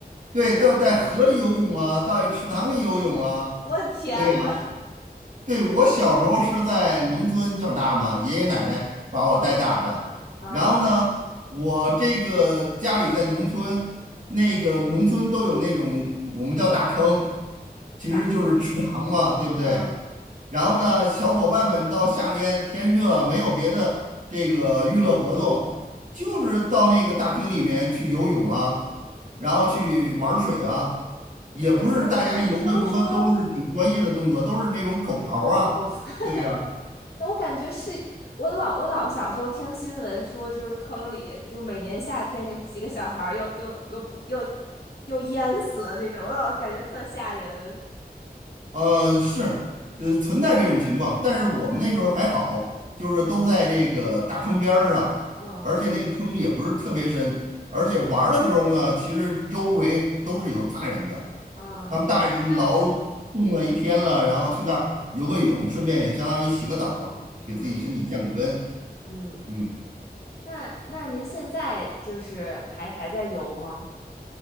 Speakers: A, on the right; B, on the left.
A: 对，
B: 我的妈呀，
A: 到在河里游泳啊，到池塘里游泳啊，
B: 我的天呐
A: 对。对，我小时候是在农村长大嘛，爷爷奶奶把我带大的。
B: <laughs>！啊，
A: 然后呢，我这个家里在农村，那个农村都有那种我们叫大坑，其实就是池塘嘛，
B: 大坑，
A: 对不对？
B: 啊，
A: 然后呢，小伙伴们到夏天天热，没有别的这个娱乐活动，就是到那个大坑里面去游泳啊，然后去玩水啊。
B: 我
A: 也不是大家游的什么都是挺专业的动作，
B: 我我我听说
A: 都是那种狗刨啊，
B: 狗粪，<laughs>
A: 对呀，
B: 那我感觉是我老我老小时候听新闻说，就是坑里就是每年夏天有几个小孩儿又又又不又又淹死了那种，我老感觉特吓人。
A: 呃，是，呃，存在这种情况，但是我们那时候还好，就是都在这个大坑边儿上，
B: 嗯
A: 而且那个坑也不是特别深，而且玩儿的时候呢，其实周围都是有大人的，
B: 嗯，
A: 他们大人劳
B: 那还行，
A: 动了一天了，然后去那儿游个泳，顺便也相当于洗个澡儿给自己身体降个温，
B: 嗯嗯，
A: 嗯，
B: 那那您现在就是还还在游吗？